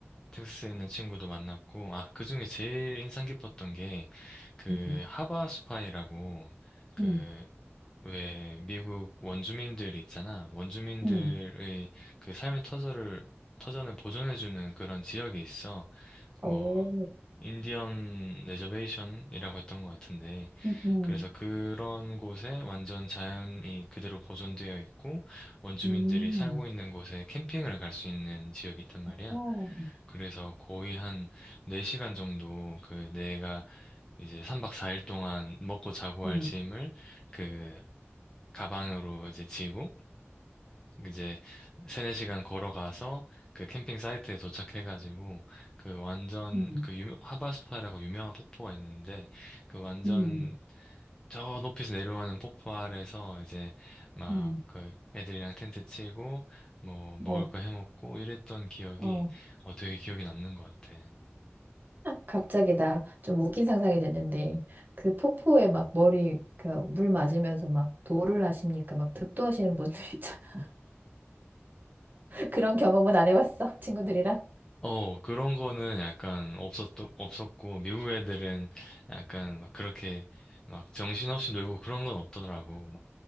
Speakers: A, on the left; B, on the right.
A: 텍사스에 있는 친구도 만났고, 아, 그 중에 제일 인상 깊었던 게 그
B: 음,
A: 하바 스파이라고 그
B: 음,
A: 왜 미국 원주민들 있잖아. 원주민들의
B: 음.
A: 그 삶의 터전을 터전을 보존해주는 그런 지역이 있어.
B: 오,
A: 뭐 인디언 레저베이션이라고 했던 것 같은데,
B: 음, 음.
A: 그래서 그런 곳에 완전 자연이 그대로 보존되어 있고 원주민들이
B: 음,
A: 살고 있는 곳에 캠핑을 갈 수 있는 지역이 있단 말이야.
B: 그
A: 그래서 거의 한 4시간 정도 그 내가 이제 3박 4일 동안 먹고 자고
B: 음,
A: 할 짐을 그 가방으로 이제 지고 이제 세네 시간 걸어가서 그 캠핑 사이트에 도착해가지고 그 완전
B: 음,
A: 그 유, 하바스파라고 유명한 폭포가 있는데 그 완전
B: 음,
A: 저 높이서 내려오는 폭포 아래서 이제 막
B: 음,
A: 그 애들이랑 텐트 치고 뭐 먹을
B: 어,
A: 거 해먹고 이랬던 기억이
B: 어.
A: 어 되게 기억에 남는 것 같아.
B: 갑자기 나 좀 웃긴 상상이 됐는데, 그 폭포에 막 머리, 그 물 맞으면서 막 도를 하십니까? 막 득도하시는 분들 <laughs> 있잖아. 그런 경험은 안 해봤어, 친구들이랑.
A: 어 그런 거는 약간 없었 없었고 미국 애들은 약간 막 그렇게 막 정신없이 놀고 그런 건 없더라고.